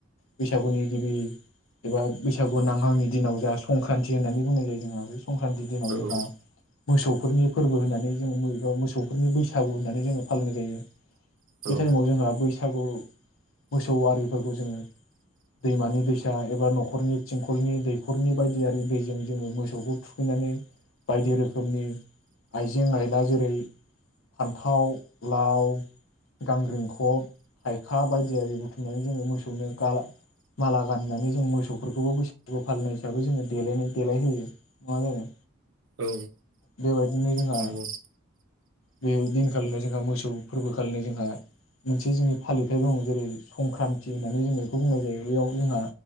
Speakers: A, on the left; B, on the right.
A: बैसागुनि गिबि एबा बैसागु नांहांनि दिनाव जा संक्रान्ति होननानै बुंनाय जायो जोंहा बे संक्रान्ति दिनाव
B: औ
A: जोंहा मोसौफोरनि फोरबो होननानै जोङो <unintelligible> मोसौफोरनि बैसागु होननानै जोङो फालिनाय जायो।
B: औ
A: बे टाइमाव जोंहा बैसागु मोसौ आरिफोरखौ जोङो दैमानि दैसा एबा न'खरनि थिंखलनि दैखरनि बायदि आरि दैजों जोङो मोसौखौ थुखैनानै बायदि रोखोमनि आइजें आइला जेरै फान्थाव, लाव, गांग्रिंखब, थाइखा बायदि थियारि बुथुमनानै जोङो मोसौनो गाला माला गानहोनानै जों मोसौफोरखौबो बैसागु फालिनाय हिसाबै जोङो देलायनाय देलायहोयो नङा जोंङो
B: औ
A: बेबायदिनो जोंहा
B: नंगौ
A: बे दिन खालिनो जोंहा मोसौ फोरबो खालिनो जोंहा मोनसे जोंनि फालिथायाइ दङ। जेरै संक्रान्ति होननानै जोङो बेखौ बुंनाय जायो बेयाव जोंहा